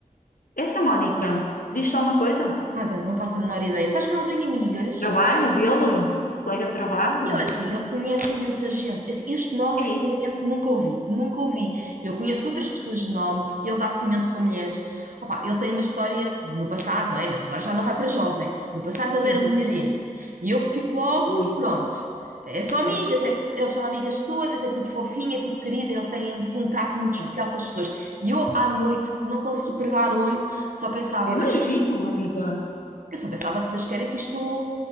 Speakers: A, on the left (about 85°); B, on the right (about 75°).
A: Essa Mónica, diz-te alguma coisa?
B: nada, não faço a menor ideia. Sabes que eu não tenho amigas
A: Trabalho dele? Colega de trabalho?
B: Eu assim, ele conhece imensa gente. Assim, Este nome,
A: É
B: sinceramente,
A: isso.
B: nunca ouvi, nunca ouvi. Eu conheço outras pessoas de nome, ele dá-se imenso com mulheres. Opá, ele tem uma história no passado, não é? Mas agora já não vai para jovem. No passado ele
A: Uhum.
B: era um merengue. E eu fico logo,
A: Ui,
B: pronto. É só amigas,
A: pois,
B: é, su- ele chama amigas todas, é tudo fofinho, é tudo querido, ele tem assim um trato muito
A: pois.
B: especial com as pessoas. E eu à noite, que não consegui pregar o olho, só pensava,
A: Eu imagino, amiga.
B: eu só pensava que Deus queira que isto